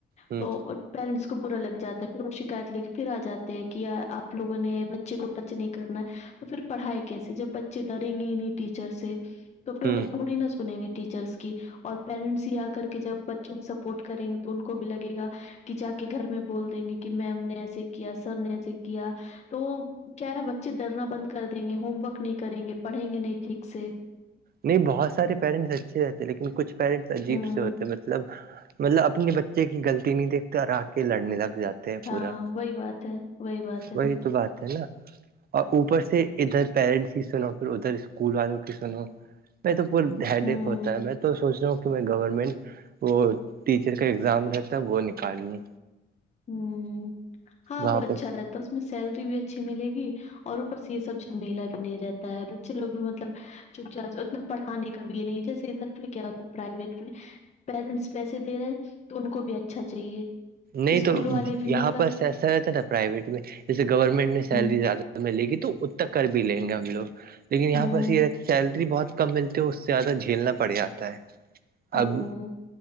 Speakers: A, on the right; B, on the left.
A: ہ
B: تو پیرنٹس کو برا لگ جاتا ہے پھر وہ شکایت لے کے پھر آ جاتے ہیں کہ آپ لوگوں نے بچ بچے کو ٹچ نہیں کرنا ہے تو پھر پڑھ ہے کیسے جب بچے ڈریں گے نہیں ٹیچر سے تو پھر
A: ہ
B: وہ تھوڑی نہا سنیں گے ٹیچرس اور پیرنٹس ہی آ کر کے جب بچوں کو سپورٹ کریں گے تو ان کو بھی لگے گا کہ جا کے گھر میں بول دیں گے کہ میم نے ایسے کیا سر نے ایسے کیا تو کیا ہے بچے ڈرنا بند کر دیں گے ہوم ورک نہیں کریں گے پڑھیں گے نہیں ٹھیک سے
A: نہیں بہت سارے پییرنٹس اچھے رہتے لیکن کچھ پیرنٹس عجیب
B: ہوں
A: سے ہوتے مطلب مطلب اپنے بچے کی غلط نہیں دیکتے ر کے لڑنے لگ جاتے ہیں
B: ہاں
A: پورا
B: وہی بات ہے وہی بات ہے
A: وہی
B: نا
A: تو بات ہے نا اور اوپر سے ادھر پیرنٹس کی سنو پھر ادھر اسکول والوں کی سنو میں تو پور ہیڈ
B: ہوں
A: ایک ہوتا ہے میں تو سوچ رہا ہوں میں گورنمنٹ وہ ٹیچر کا ایگزام رہتا ہے وہ نکال لوں
B: ہوں ہاں
A: وہاں
B: بت اچھا
A: پر
B: رہتا میں سیلری بھی اچھی ملے گی اور اوپر سے یہ سب جھمیلہ بھی نہیں رہتا ہے بچے لوگ بھی مطلب چپ چاپ اتنا پڑھانے کا بھی یہ نہیں جیسے ادھر پ کیا ہوتا ہے پرائیویٹ میں پیرنٹس پیسے دے رہے ہیں تو ان کو بھی اچھا چاہیے
A: نہیں
B: اسکول
A: تو
B: والے بھی
A: یہاں
B: مطلب
A: پر ایسا رہتا تھا پرائیویٹ میں جیسے گورنمنٹ نے سیلری
B: ہوں
A: زیادہ میں لے گی تو ا تک کر بھی لیں گے ہم لوگ لیکن یہاں
B: ہوں
A: پرس یہ سیلری بہت ک ملتے ہو اس سے زیادہ جھیلنا پڑ جاتا ہے
B: ہوں
A: اب